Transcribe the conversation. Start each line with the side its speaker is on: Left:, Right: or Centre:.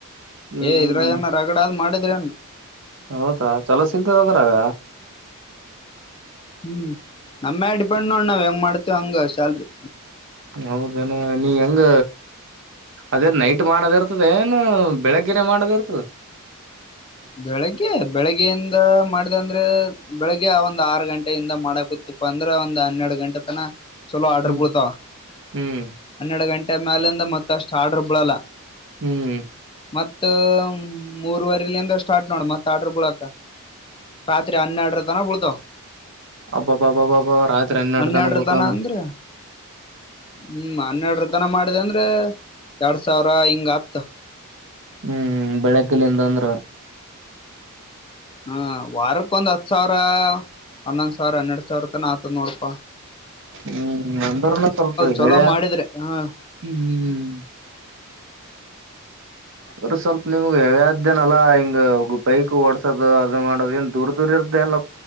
Right: ಹ್ಮ್
Left: ಏ ಇದ್ರ ನ ರಗಡ ಆದ್ ಮಾಡಿದ <unintelligible>
Right: ಹೌದಾ ಚಲೋ ಸಿಗ್ತದ ಅದ್ರಗ
Left: ಹ್ಮ್ ನಮ್ಮೇ ಡಿಪೆಂಡ್ ನೋಡ್ ನಾವ್ ಹೆಂಗ್ ಮಾಡ್ತವಿ ಹಂಗ ಶ್ಯಾಲ್ರಿ
Right: ಹೌದಾನ ನೀ ಹೆಂಗ ಅದೇ ನೈಟ್ ಮಾಡೋದ ಇರ್ತದ ಏನು ಬೆಳಗ್ಗಿನೇ ಮಾಡದ ಇರ್ತದೆ
Left: ಬೆಳಿಗ್ಗೆ ಬೆಳಗ್ಗೆಯಿಂದ ಮಾಡ್ದಂದ್ರೆ ಬೆಳಿಗ್ಗೆ ಆ ಒಂದ್ ಆರು ಗಂಟೆಯಿಂದ ಮಾಡಕ ಇ ಪಂದ್ರ ಒಂದ್ ಹನ್ನೆರಡು ಗಂಟೆ ತನ ಚಲೋ ಆರ್ಡ್ರ
Right: ಹ್ಮ್
Left: ಬಿಳ್ತಾವ
Right: ಹ್ಮ್
Left: ಹನ್ನೆರಡು ಗಂಟೆ ಮ್ಯಾಲಿಂದ ಮತ್ತ ಅಷ್ಟು ಆರ್ಡರ್ ಬಿಳಲ್ಲ
Right: ಹ್ಮ್
Left: ಮತ್ತ ಮೂರ್ವರ್ ಇಲಿ ಅಂದ್ರ ಸ್ಟಾರ್ಟ್ ನೋಡ ಮತ್ ಆಡ್ರ ಬಳಕ ರಾತ್ರಿ ಹನ್ನೆರಡರ ತನ ಬಿಡ್ತ
Right: ಅಬ್ಬಾಬ್ಬ ಅಬ್ಬಬ್ಬ ಅಬ್ಬ ರತ್ರಿ ಹನ್ನೆರಡು
Left: ಹನ್ನೆರಡರ
Right: ಅಡ್ತಾನ ಹತಾನು
Left: ತನ ಅಂದ್ರ ಹ್ಮ್ ಹನ್ನೆರಡರ ತನ ಮಾಡಿದೆ ಅಂದ್ರೆ ಎರಡ್ ಸಾವಿರ ಹಿಂಗ ಹತ್ತ
Right: ಹ್ಮ್ ಬೆಳಗ್ಗಲ್ಲಿದ ಅಂದ್ರ
Left: ಹ್ಮ ವಾರಕ್ಕ ಒಂದು ಹತ್ತು ಸಾವಿರಾ ಹನ್ನೊಂದ್ ಸಾವರ ಹನ್ನೆರಡ್ ಸಾವಿರ ತನ ಆತದ ನೋಡಪ್ಪಾ
Right: ಹ್ಮ್ ಅಂದ್ರನು ಸ್ವಲ್ಪ
Left: ಚಲೋ
Right: ಹೇಳ
Left: ಮಾಡಿದ್ರೆ ಹ
Right: ಹ್ಮ ಅವ್ರರು ಸ್ವಲ್ಪ ನಿಮ್ಗೆ ಯಾವ್ಯಾದ್ದ್ಯನಲ್ಲಾ ಹಿಂಗ ಬೈಕ್ ಓಡಸೋದು ಅದು ಮಾಡೋದು ಏನ್ ದೂರ್ ದೂರ ಇರಲ್ಲ